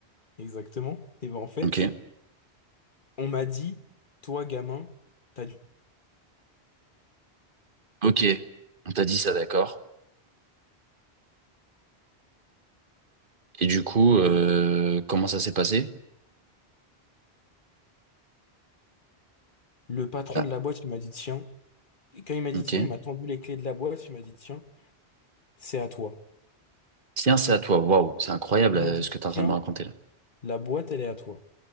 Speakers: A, on the left; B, on the right.
A: exactement, et ben en fait.
B: Ok.
A: On m'a dit, toi, gamin, t'as du...
B: Ok, on t'a dit ça, d'accord. Et du coup, euh, comment ça s'est passé?
A: Le patron
B: Ah,
A: de la boîte, il m'a dit, tiens. Et quand il m'a dit,
B: ok.
A: tiens, il m'a tendu les clés de la boîte, il m'a dit, tiens, c'est à toi.
B: Tiens, c'est à toi. Waouh, c'est incroyable
A: Il
B: euh,
A: m'a dit,
B: ce que t'es
A: tiens,
B: en train de me raconter là.
A: la boîte, elle est à toi.